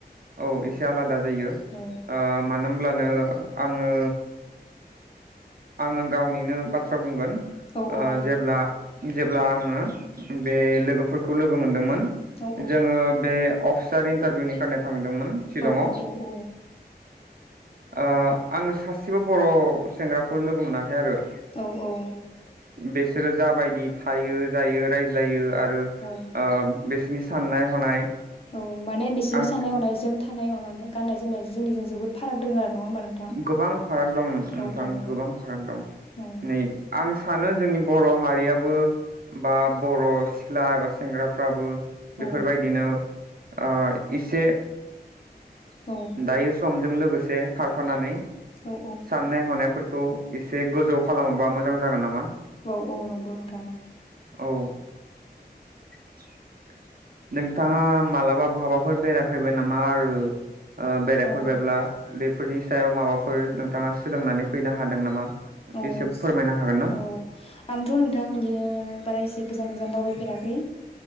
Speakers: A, on the right (about 60°); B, on the left (about 35°).
A: औ इसे आलादा। जायो
B: औ
A: ओ मानो होनब्ला नो आङो आङो गावनिनो बाथ्रा बुंगोन।
B: औ
A: ओ
B: औ
A: जेब्ला जेब्ला आङो बे लोगोफोरखौ लोगो मोनदोंमोन।
B: औ
A: जोङो बे अफिसार इन्टारभिउनि <unintelligible> शिलंआव
B: औ औ औ औ।
A: ओ आङो सासेबो बर' सेंग्राफोर लोगो मोनाखै आरो।
B: औ औ।
A: बेसोरो जाबायदि थायो जायो रायज्लायो आ ओ ओ
B: औ
A: बेसे बिनि साननाय हनाय
B: औ माने बिसोरनि
A: आं
B: साननाय हनाय जों थानाय माबानो गाननाय जोमनायजों जोंनिजों जोबोद फाराग दोंङो आरो। नङा होमबा नोंथां
A: गोबां फाराग दं नोंथां
B: औ औ
A: गोबां फाराग दं
B: औ
A: नै आं सानो जोंनि बर' हारियाबो बा बर' सिख्ला एबा सेंग्राफ्राबो बेफोरबायदिनो
B: औ
A: ओ इसे
B: औ
A: दायो समजों लोगोसे खारफानानै
B: औ
A: साननाय हनायफोर खौ एसे गोजौ खालामोबा मोजां जागोन नामा।
B: औ -औ नंगौ नोंथां।
A: औ <unintelligible> नोंथाङा मालाबा बहाबाफोर बेरायफैबाय नामा आरो बेरायफोरबायब्ला
B: औ
A: बे फोरनि सायाव माबाफोर नोंथाङा सोलोंनानै फैनो हादों नामा।
B: औ-
A: एसे फोरमायनो हागोन ना
B: औ आंथ' नोंथां बिदिनो बारा एसे गोजान गोजान दावबाय फेराखै